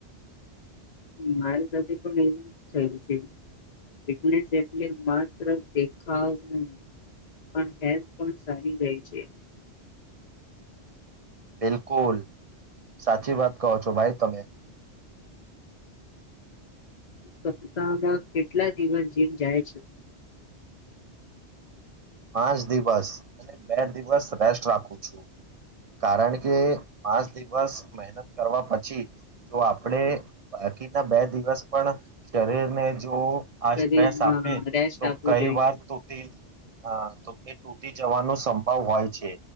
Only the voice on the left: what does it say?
મારી સાથે પણ એવું થયું છે એટલે માત્ર દેખાવ નહી પણ હેથ પણ સારી રેય છે.
સપ્તાહમાં કેટલા દિવસ જીવ જાય છે
શરીર
હા
રેસ્ટ
આપવું
જોઈએ